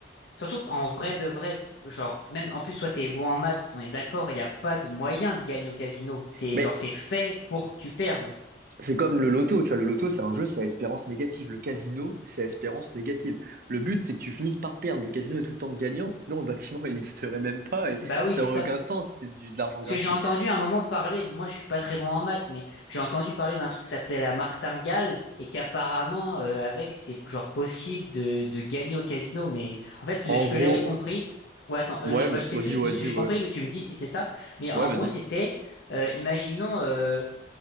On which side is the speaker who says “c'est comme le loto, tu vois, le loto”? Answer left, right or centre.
Right